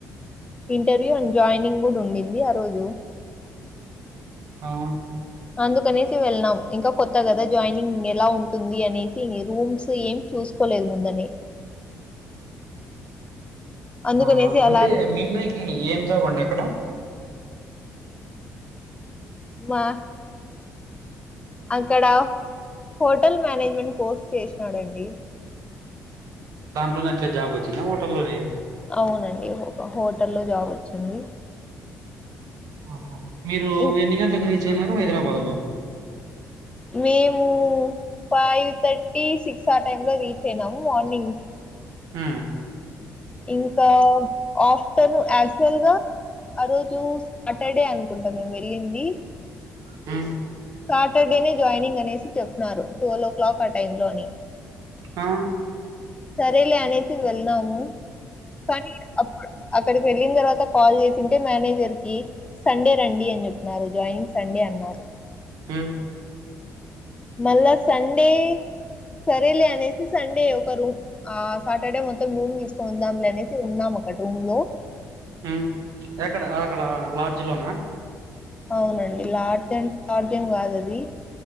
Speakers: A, on the left; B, on the right.
A: ఇంటర్వ్యూ అండ్ జాయినింగ్ కూడా ఉండింది ఆరోజు
B: అవు
A: అందుకనేసి వెళ్ళనాం ఇంకా కొత్త కదా జాయినింగ్ ఎలా ఉంటుంది అనేసి రూమ్స్ ఏం చూసు కోలేదు ముందని అందుకనేసి
B: ఆ అంటే
A: అలాగే
B: మీన్నయికి ఏం జాబ్ అండి అక్కడ
A: వా అక్కడ హోటల్ మేనేజ్మెంట్ కోర్స్ చేసినాడండి
B: దాంట్లోనే ఎట్లే జాబ్ వచ్చిందా హోటల్లోనే
A: అవునండి హోటల్లో జాబ్ వచ్చింది
B: ఆహా మీరు
A: ఇం
B: ఎన్ని గంటలకు రీచ్ అయినారు హైదరాబాదులో
A: మేము ఫైవ్ థర్టీ సిక్స్ ఆ టైంలో రీచ్ అయినాము మార్నింగ్
B: ఉ
A: ఇంకా ఆఫ్టేర్నూన్ యాక్చువల్ గా ఆ రోజు సాటర్డే అనుకుంటాం మేము వెళ్ళింది
B: ఆ
A: సాటర్డే నే జాయినింగ్ అనేసి చెప్తున్నారు ట్వెల్వ్ ఓ క్లాక్ ఆ టైంలో అని
B: ఆ
A: సరేలే అనేసి వెళ్ళాము కానీ అప్పుడు అక్కడికి వెళ్ళిన తర్వాత కాల్ చేసి ఉంటే మేనేజర్ కి సండే రండి అని చెప్పినారు జాయినింగ్ సండే అన్నారు
B: హ్మ్
A: మల్ల సండే సరేలే అనేసి సండే ఒకరోజు ఆ సాటర్డే మొత్తం రూమ్ తీసుకొని ఉందాంలే అనేసి ఉన్నాం అక్కడ రూమ్ లో
B: ఉ ఎక్కడ అక్కడ లాడ్జి లోనా
A: అవునండి లాడ్జిడ్ లాడ్జిన్ కాదది